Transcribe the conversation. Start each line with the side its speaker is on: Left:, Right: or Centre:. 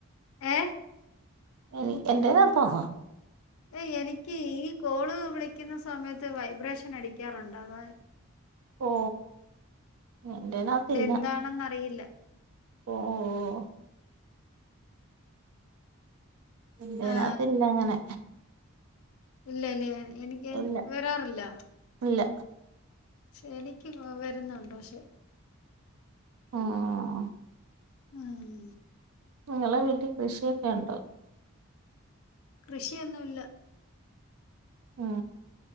Left: ഏ
Right: എനി എന്റേന്നട് തോന്നോ
Left: ഏഹ് എനിക്ക് ഈ കോള് വിളിക്കുന്ന സമയത്ത് വൈബ്രേഷൻ അടിക്കാറുണ്ടാവാ
Right: ഓ എന്റേനകത്തില്ല
Left: ഇതെന്താണെന്ന്റിയില്ല
Right: ഓഹ് ഓഹ് ഇതിനകത്ത്
Left: ആ
Right: ഇല്ല അങ്ങനെ
Left: ഇല്ല ലേ എനിക്ക്
Right: ഇല്ല
Left: വരാറില്ല
Right: ഇല്ല
Left: ഷെ എനിക്ക് ഗ്ലോ വരുന്നുണ്ടോ ഷെ
Right: ആഹ്
Left: ആഹ്
Right: ഇങ്ങളെ വീട്ടിൽ കൃഷിയൊക്കെ ഉണ്ടോ
Left: കൃഷിയൊന്നുല്ല
Right: ഉം